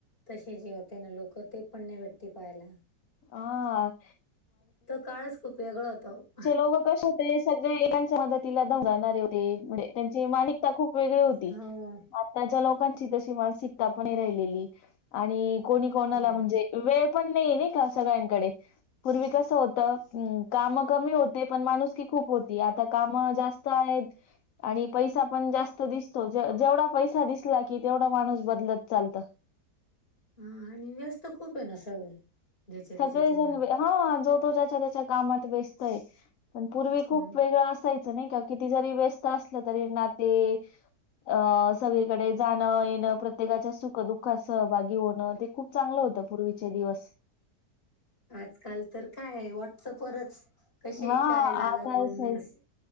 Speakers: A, on the left; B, on the left.
A: तसे जेवताना लोकं ते पण नाही भेटत पाहायला.
B: आ.
A: तो काळच खूप वेगळा होतो ओ.
B: चे लोकं कसे होते, सगळे <unintelligible> च्या मदतीला धावून जानारे होते, म्हणजे त्यांची मानिकता खूप वेगळी होती.
A: हो,
B: त्याच्या लोकांची तशी मानसिकता पण नाहि राहिलेली, आणि कोणी कोणाला
A: नाही
B: म्हणजे
A: नाही.
B: वेळ पण नाहीेये नाही का सगळ्यांकडे. पूर्वी कसं होतं काम कमी होती पण माणूसकी खूप होती आता काम जास्त आहेत आणि पैसा पण जास्त दिसतो. जे जेवढा पैसा दिसला की तेवढा माणूस बदलत चालत.
A: हा आणि व्यस्त खूप आहे ना सगळे. ज्याच्या त्याच्या
B: सगळेजण
A: जीवनात.
B: व्य हा जो तो ज्याच्या त्याच्या कामात व्यस्त आहे. पण पूर्वी खूप
A: मग
B: वेगळ असाय चं नाही का किती जरी व्यस्त असल तरी नाती अ सगळीकडे जाणं-येणं प्रत्येकाच्या सुख- दुःख दुःखात सहभागी होणं ते खूप चांगलं होतं पूर्वीचे दिवस.
A: आजकाल तर काय आहे व्हॉट्सअपवरच कशी आहे?
B: हा
A: काय झालं
B: आताच
A: बोलण अस